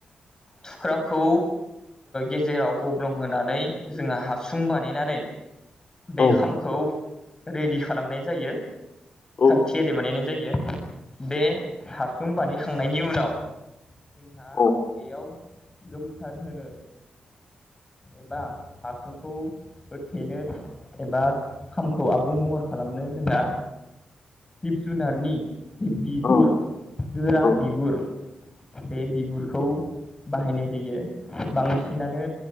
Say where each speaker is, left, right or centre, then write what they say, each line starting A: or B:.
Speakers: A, on the left; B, on the left.
A: थुख्राखौ गेजेराव गब्लंहोनानै जोंहा हासुं बानायनानै बे
B: औ
A: खामखौ रेडि खालामनाय जायो
B: औ
A: थाखथियारि बानायनाय जायो बे हासुं बानायखांनायनि उनाव जोंहा
B: औ
A: बेयाव गोमथार होनो एबा हासुंखौ होथेनो एबा खामखौ आबुं महर खालामनो जोंना जिब जुनारनि जि बिगुर
B: औ
A: गोरा
B: औ
A: बिगुर बे बिगुरखौ बाहायनाय जायो बांसिनानो